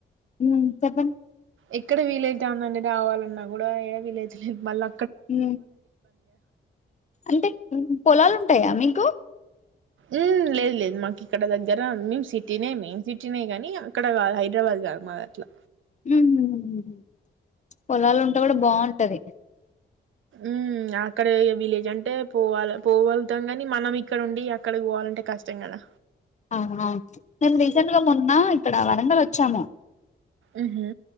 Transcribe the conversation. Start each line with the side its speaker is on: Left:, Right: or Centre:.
Left: హ్మ్ చెప్పండి
Right: ఎక్కడ వీళై తాంది అండి డాబాలున్నా గూడా ఏడ విలేజ్ లేద్ మళ్ళా
Left: ఊ అంటే ఊహు పొలాలు ఉంటాయా మీక్
Right: ఉమ్ లేద్ లేద్ మాకిక్కడ దగ్గరే ఉం మేం సిటీనే మెయిన్ సిట్ టినే గానీ అక్కడ గాద్ హైదరాబాద్ గాదు మాది అట్లా
Left: ఊహూ పొలాల్ ఉంటే గూడా బాగుంటది.
Right: ఊ అక్కడ ఇగ విలేజ్ అంటే పోవాల పోగలుగుతాం గాని. మనం ఇక్కడ ఉండీ అక్కడకి పోవాలంటే కష్టం గదా.
Left: అవును అవున్. మేమ్ రీసెంట్ గా మొన్నా ఇక్కడా వరంగల్ వచ్చాము.
Right: ఉహు